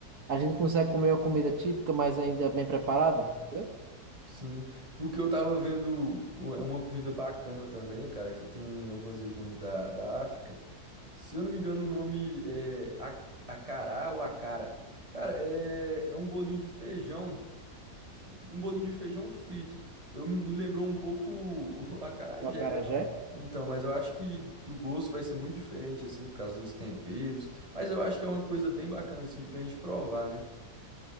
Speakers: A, on the right; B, on the right.
A: a gente consegue comer uma comida típica, mas ainda bem preparada. entendeu?
B: sim. O que eu tava vendo u- é uma comida bacana também, cara, que tem em algumas regiões da, da África. Se eu não me engano, o nome é a- acará ou acara. Cara, é, é um bolinho de feijão, um bolinho de feijão frito. Eu me lembrou um pouco o <laughs> acarajé,
A: O acarajé.
B: né? Então, mas eu acho que, que o gosto vai ser muito diferente, assim, por causa dos temperos. Mas eu acho que é uma coisa bem bacana, assim, pra gente provar, né?